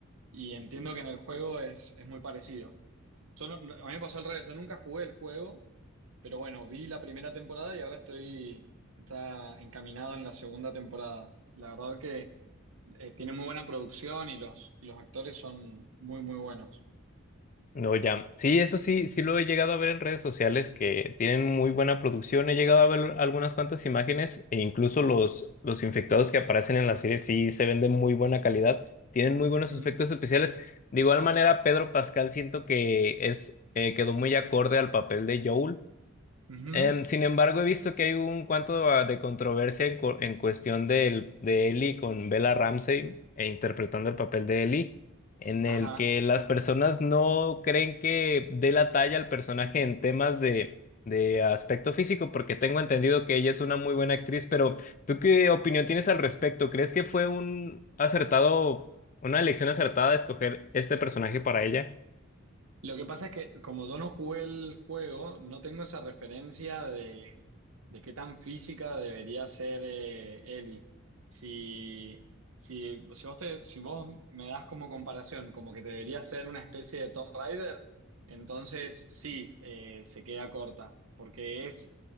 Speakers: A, on the right; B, on the left.
A: Y entiendo que en el juego es, es muy parecido. Yo no- no- a mí me pasó al revés, yo nunca jugué el juego, pero bueno, vi la primera temporada y ahora estoy ya encaminado en la segunda temporada. La verdad que eh, tiene muy buena producción y los, y los actores son muy, muy buenos.
B: No, ya. Sí, eso sí, sí lo he llegado a ver en redes sociales que tienen muy buena producción. He llegado a ver algunas cuantas imágenes e incluso los, los infectados que aparecen en la serie sí se ven de muy buena calidad. Tienen muy buenos
A: Ujú,
B: efectos especiales. De igual manera, Pedro Pascal siento que es, eh, quedó muy acorde al papel de Joel.
A: ujú,
B: Em, sin embargo, he visto que hay un cuanto a- de controversia en, cu- en cuestión del- de Ellie con Bella Ramsey e interpretando el papel de Ellie, en
A: ajá.
B: el que las personas no creen que dé la talla al personaje en temas de, de aspecto físico, porque tengo entendido que ella es una muy buena actriz, pero ¿tú qué opinión tienes al respecto? ¿Crees que fue un acertado, una elección acertada de escoger este personaje para ella?
A: Lo que pasa es que como yo no jugué el juego, no tengo esa referencia de, de qué tan física debería ser eh, Ellie. Si, si, si vos te- si vos me das como comparación, como que debería ser una especie de Tomb Raider, entonces sí, eh, se queda corta, porque es,